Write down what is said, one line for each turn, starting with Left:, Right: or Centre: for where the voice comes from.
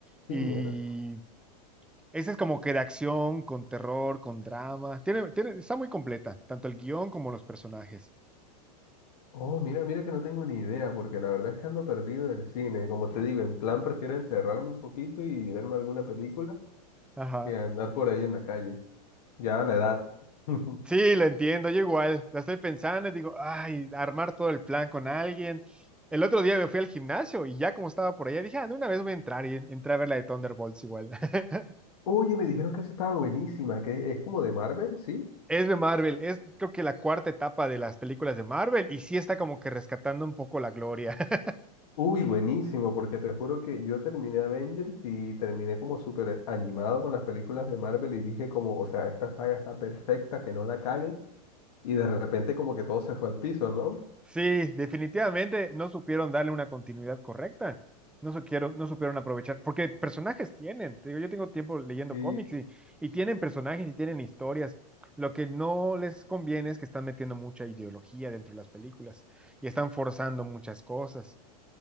Left: Sinners.
Centre: y ese es como que de acción, con terror, con drama. Tiene, tiene, está muy completa, tanto el guión como los personajes.
Left: Oh, mira, mira que no tengo ni idea, porque la verdad es que ando perdido del cine. Como te digo, en plan prefiero encerrarme un poquito y verme alguna película
Centre: Ajá.
Left: que andar por ahí en la calle. Ya la edad. <laughs>
Centre: Sí, lo entiendo, yo igual. La estoy pensando y digo, ay, armar todo el plan con alguien. El otro día me fui al gimnasio y ya como estaba por allá, dije, ah, de una vez voy a entrar y en- entré a ver la de Thunderbolts igual. <laughs>
Left: Oye, me dijeron que esa estaba buenísima, que es como de Marvel, ¿sí?
Centre: Es de Marvel, es creo que la cuarta etapa de las películas de Marvel y sí está como que rescatando un poco la gloria. <laughs>
Left: Uy, buenísimo, porque te juro que yo terminé Avengers y terminé como súper animado con las películas de Marvel y dije como, o sea, esta saga está perfecta, que no la caguen, y de repente como que todo se fue al piso, ¿no?
Centre: Sí, definitivamente no supieron darle una continuidad correcta. No supieron, no supieron aprovechar, porque personajes tienen. Te digo, yo tengo tiempo leyendo
Left: Sí,
Centre: cómics y, y tienen personajes y tienen historias. Lo que no les conviene es que están metiendo mucha ideología dentro de las películas y están forzando muchas cosas.